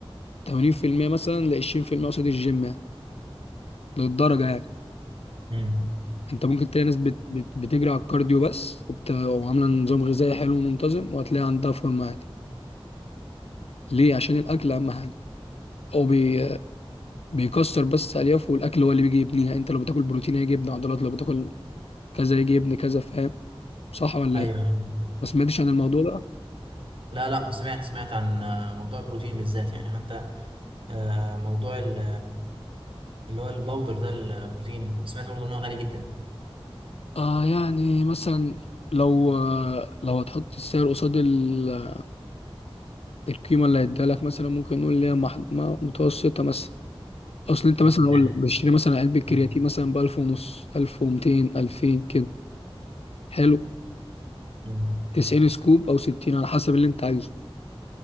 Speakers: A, on the left (about 80°); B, on the right (about 60°).
A: 80% مثلا ل 20% قصاد الجيم يعني للدرجه يعني
B: مم.
A: انت ممكن تلاقي ناس بت... بت... بتجري على الكارديو بس وبت... وعامله نظام غذائي حلو ومنتظم وهتلاقي عندها فورمه عادي ليه عشان الاكل اهم حاجه هو بي... بيكسر بس الياف والاكل هو اللي بيجي يبنيها يعني انت لو بتاكل بروتين هيجي يبني عضلات لو بتاكل كذا يجي يبني كذا فاهم صح ولا
B: ايوه
A: ايه
B: أيوة.
A: ما سمعتش عن الموضوع ده
B: لا لا سمعت سمعت عن آه، موضوع البروتين بالذات يعني حتى آه، موضوع ال- اللي هو الباودر ده البروتين سمعت برضه ان هو غالي جدا
A: آه يعني مثلا لو آه لو هتحط السعر قصاد ال- القيمه اللي هيديها لك مثلا ممكن نقول ليها مح... ما- متوسطه مثلا اصل انت
B: مم.
A: مثلا اقول
B: نعم.
A: لك بشتري مثلا علبه كرياتين
B: مم.
A: مثلا ب 1000 ونص 1200 2000 كده حلو
B: مم.
A: 90 سكوب او 60 على حسب اللي انت عايزه